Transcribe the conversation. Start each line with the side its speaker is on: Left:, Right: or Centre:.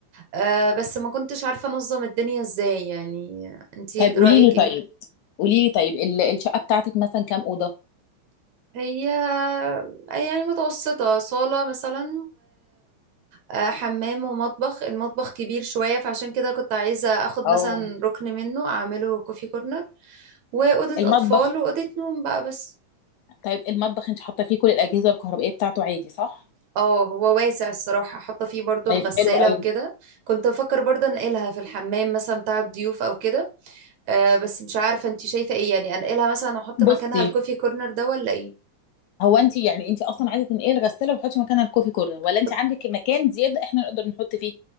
Right: أه بس ما كنتش عارفه انظم الدنيا ازاي يعني انتي
Left: طيب
Right: رايك
Left: قولي لي طيب
Right: ايه
Left: قولي لي طيب ال- الشقه بتاعتك مثلا كام اوضه
Right: هي يعني متوسطه صاله مثلا آه، حمام ومطبخ المطبخ كبير شوية فعشان كده كنت عايزة اخد مثلا
Left: او
Right: ركن منه اعمله كوفي كورنر وأوضة
Left: المطبخ
Right: أطفال وأوضة نوم بقى بس
Left: طيب المطبخ انت حاطه فيه كل الاجهزه الكهربائيه بتاعته عادي صح
Right: اه هو واسع الصراحة حاطة فيه برضو الغسالة
Left: طيب حلو قوي
Right: وكده كنت بفكر برضو انقلها في الحمام مثلا بتاع الضيوف او كده آه بس مش عارفة انتي شايفة ايه يعني انقلها مثلا احط مكانها
Left: بصي
Right: الكوفي كورنر ده ولا ايه
Left: هو انت يعني انت اصلا عايزه تنقلي الغساله وتحطي مكانها الكوفي كورنر ولا انت
Right: كنت-
Left: عندك مكان زياده احنا نقدر نحط فيه